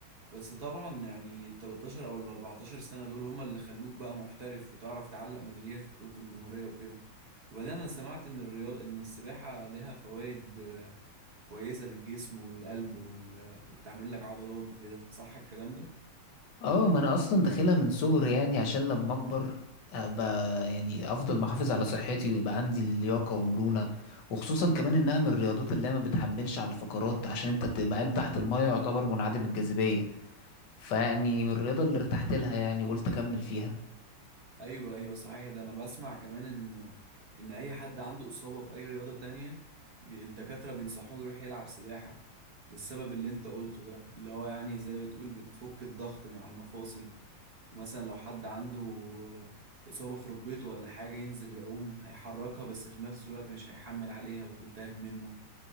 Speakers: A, on the right; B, on the left.
A: بس طبعا يعني ال 13 أو ال 14 سنة دول هما اللي خلوك بقى محترف وتعرف تعلق ميداليات في بطولة الجمهورية وكده وبعدين أنا سمعت إن الرياض إن السباحة لها فوائد آه، كويسة للجسم والقلب وال... آه، وتعمل لك عضلات وكده صح الكلام ده؟
B: اه ما انا اصلا داخلها من صغري يعني عشان لما اكبر ابقى يعني افضل محافظ على صحتي ويبقى عندي لياقه ومرونه وخصوصا كمان انها من الرياضات اللي هي ما بتحملش على الفقرات عشان انت بتبقى قايم تحت المايه يعتبر منعدم الجاذبيه فيعني من الرياضه اللي ارتحت لها يعني قلت اكمل فيها
A: ايوه ايوه صحيح ده انا بسمع كمان ان ان اي حد عنده اصابه في اي رياضه تانية بي- الدكاتره بينصحوه يروح يلعب سباحه للسبب اللي انت قلته ده اللي هو يعني زي ما تقول بتفك الضغط من على المفاصل ومثلا لو حد عنده اصابه في ركبته ولا حاجه ينزل يعوم هيحركها بس في نفس الوقت مش هيحمل عليها وتلتهب منه